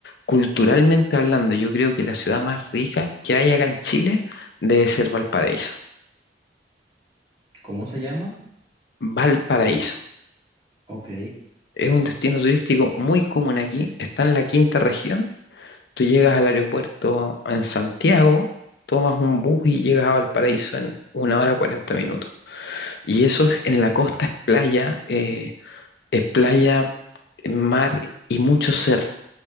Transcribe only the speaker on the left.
Culturalmente hablando, yo creo que la ciudad más rica que hay acá en Chile debe ser Valparaíso.
Valparaíso
es un destino turístico muy común aquí, está en la quinta región. Tú llegas al aeropuerto en Santiago, tomas un bus y llegas a Valparaíso en una hora cuarenta minutos. Y eso es en la costa, es playa, eh, es playa, eh, mar y mucho cerro.